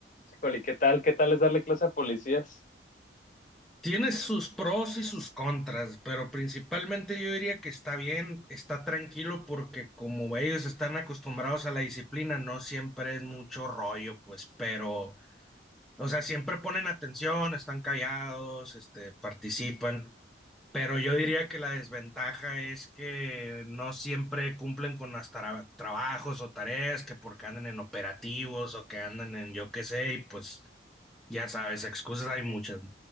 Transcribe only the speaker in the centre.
Tiene sus pros y sus contras, pero principalmente yo diría que está bien, está tranquilo porque como ellos están acostumbrados a la disciplina, no siempre es mucho rollo, pues, pero, o sea, siempre ponen atención, están callados, este, participan, pero yo diría que la desventaja es que no siempre cumplen con las tra- trabajos o tareas, que porque andan en operativos o que andan en yo qué sé, y pues ya sabes, excusas hay muchas, ¿no?